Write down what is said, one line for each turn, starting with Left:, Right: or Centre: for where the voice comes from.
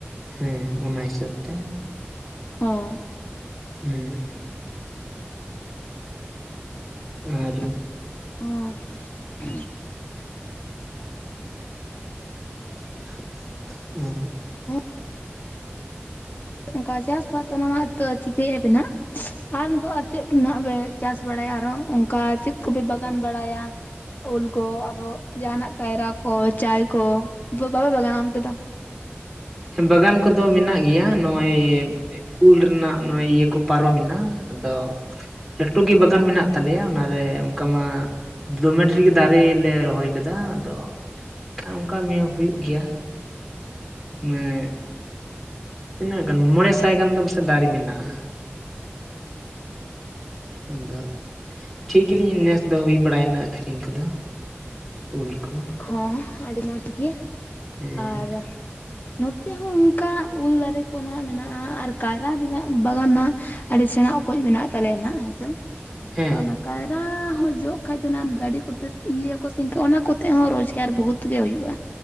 Centre: ᱦᱮ ᱚᱱᱟ ᱦᱤᱥᱟᱹᱵ ᱛᱮ
Left: <unintelligible>
Centre: <unintelligible> ᱟᱨ <unintelligible>
Left: <unintelligible>
Centre: <unintelligible>
Left: <unintelligible> ᱚᱱᱠᱟ ᱪᱟᱥ ᱵᱟᱥ ᱚᱱᱟ ᱢᱟ ᱛᱚ ᱪᱤᱠᱟᱹᱭᱮᱫ ᱟᱵᱤᱱᱟ ᱟᱢ ᱫᱚ ᱟᱨ ᱪᱮᱫ ᱠᱚ ᱱᱟᱦᱟᱜ ᱵᱮᱱ ᱪᱟᱥ ᱵᱟᱲᱟᱭᱟ ᱟᱨᱚ ᱚᱱᱠᱟ ᱪᱮᱫ ᱠᱚᱯᱮ ᱵᱟᱜᱟᱱ ᱵᱟᱲᱟᱭᱟ ᱩᱞ ᱠᱚ ᱟᱨᱚ ᱡᱟᱦᱟᱱᱟᱜ ᱠᱟᱭᱨᱟ ᱠᱚ ᱪᱟᱭ ᱠᱚ ᱵᱟᱯᱮ ᱵᱟᱜᱟᱱᱟ ᱚᱱᱛᱮ ᱫᱚ
Centre: ᱵᱟᱜᱟᱱ ᱠᱚᱫᱚ ᱢᱮᱱᱟᱜ ᱜᱮᱭᱟ ᱱᱚᱜ-ᱚᱭ ᱩᱞ ᱨᱮᱱᱟᱜ ᱱᱚᱜ ᱤᱭᱟᱹ ᱠᱚ ᱯᱟᱨᱚᱢᱮᱱᱟ ᱟᱫᱚ ᱞᱟᱹᱴᱩ ᱜᱮ ᱵᱟᱜᱟᱱ ᱢᱮᱱᱟᱜ ᱛᱟᱞᱮᱭᱟ ᱚᱱᱟᱨᱮ ᱚᱱᱠᱟ ᱢᱟ ᱫᱚᱢᱮ ᱰᱷᱨᱤᱜᱮ ᱫᱟᱨᱮ ᱞᱮ ᱨᱚᱦᱚᱭ ᱞᱮᱫᱟ ᱟᱫᱚ ᱮᱱᱠᱷᱟᱱ ᱚᱱᱠᱟ ᱢᱮ ᱦᱩᱭᱩᱜ ᱜᱮᱭᱟ ᱢᱮᱻ ᱛᱤᱱᱟᱹᱜ ᱜᱟᱱ ᱢᱚᱬᱮ ᱥᱟᱭ ᱜᱟᱱ ᱫᱚ ᱯᱟᱥᱮᱡ ᱫᱟᱨᱮ ᱢᱮᱱᱟᱜ-ᱟ ᱟᱫᱚ ᱴᱷᱤᱠ ᱜᱮᱞᱤᱧ ᱱᱮᱥ ᱫᱚ ᱦᱩᱭ ᱵᱟᱲᱟᱭᱮᱱᱟ ᱟᱹᱠᱷᱨᱤᱧ ᱠᱚᱫᱚ ᱩᱞ ᱠᱚ
Left: ᱦᱚᱸ ᱟᱹᱰᱤ ᱢᱚᱡᱽ ᱜᱮ
Centre: ᱦᱮᱸ
Left: ᱟᱨ ᱱᱚᱛᱮ ᱦᱚ ᱚᱱᱠᱟ ᱩᱞ ᱫᱟᱨᱮ ᱠᱚ ᱢᱮᱱᱟᱜ-ᱟ ᱟᱨ ᱠᱟᱭᱨᱟ ᱵᱟᱜᱟᱱ ᱦᱟᱜ ᱟᱹᱰᱤ ᱥᱮᱬᱟ ᱚᱠᱚᱡ ᱢᱮᱱᱟᱜ ᱛᱟᱞᱮᱭᱟ ᱱᱟᱦᱟᱜ ᱦᱮᱥᱮ
Centre: ᱦᱮᱸ
Left: ᱚᱱᱟ ᱠᱟᱭᱨᱟ ᱦᱚᱸ ᱡᱚᱜ ᱠᱷᱟᱡ ᱫᱚ ᱚᱱᱟ ᱜᱟᱹᱰᱤ ᱠᱚᱛᱮ ᱤᱭᱟᱹᱭᱟᱠᱚ ᱥᱮ <unintelligible> ᱚᱱᱟ ᱠᱚᱛᱮ ᱱᱟᱛᱮ ᱦᱚ ᱨᱳᱡᱽᱜᱟᱨ ᱵᱚᱦᱩᱛ ᱜᱮ ᱦᱩᱭᱩᱜ-ᱟ